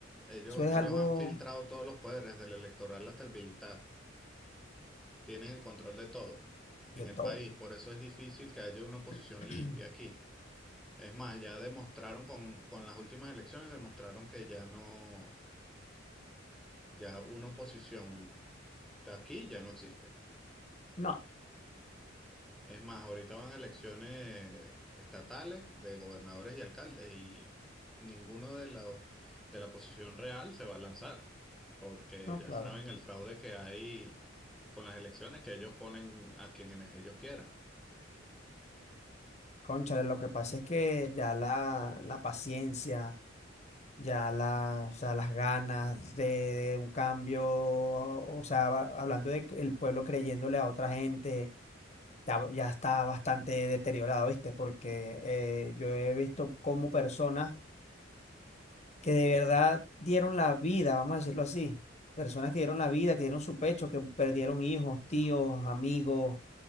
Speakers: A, in the centre; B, on the left (about 35°).
A: Ellos,
B: Eso es
A: ellos
B: algo
A: han filtrado todos los poderes, del electoral hasta el militar. Tienen el control de todo
B: de
A: en
B: todo.
A: el país. Por eso es difícil que haya una oposición
B: <clears throat>
A: limpia aquí. Es más, ya demostraron con, con las últimas elecciones, demostraron que ya no, ya una oposición de aquí ya no existe.
B: No,
A: Es más, ahorita van a elecciones estatales de gobernadores y alcaldes y ninguno de la, de la oposición real se va a lanzar, porque
B: no,
A: ya
B: claro.
A: saben el fraude que hay con las elecciones, que ellos ponen a quienes ellos quieran.
B: Cónchale, lo que pasa es que ya la, la paciencia, ya la, o sea, las ganas de, de un cambio, o sea, va- hablando de que el pueblo creyéndole a otra gente, ya, ya está bastante deteriorado, ¿viste? Porque eh, yo he visto como personas que de verdad dieron la vida, vamos a decirlo así. Personas que dieron la vida, que dieron su pecho, que perdieron hijos, tíos, amigos,